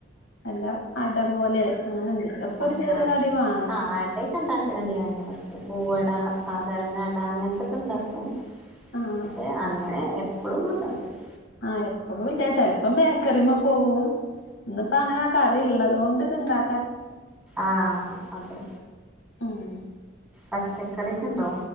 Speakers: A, on the left; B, in the centre.
A: അല്ല അട പോലെ അങ്ങനെ എന്തേലൊക്കെ ഒരു
B: ആ
A: ചെറിയ
B: ആ്
A: കടി വേണം
B: ആ ആടക്കെ ഉണ്ടാക്കടണ്ട് ഞാന് ഇവിടെ പൂവട സാധാരണ അട അങ്ങനത്തൊക്കെ ഉണ്ടാക്കും
A: ആഹ്
B: പക്ഷെ അങ്ങനെ എപ്പള് ഒന്നും ഉണ്ടാകൂല
A: ആ എപ്പഴും ഇല്ല ചെലപ്പം ബേക്കറിമ്മ പോവും ഇന്നിപ്പോ അങ്ങനെ ആ കറി ഉള്ളതുകൊണ്ട് ഇത് ഇണ്ടാ
B: ആ അതെ
A: ഉം
B: പച്ചക്കറി ഒക്കെ ഉണ്ടോ